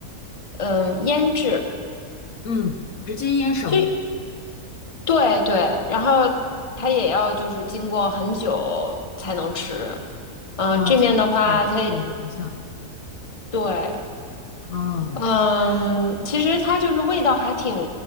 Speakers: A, on the left; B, on the left.
A: 嗯、呃腌制，
B: 嗯，直接腌熟
A: 就对对，然后它也要就是经过很久才能吃，嗯、
B: 啊，
A: 这面的话，
B: 这个火腿有点像
A: 它对
B: 啊，
A: 嗯，其实它就是味道还挺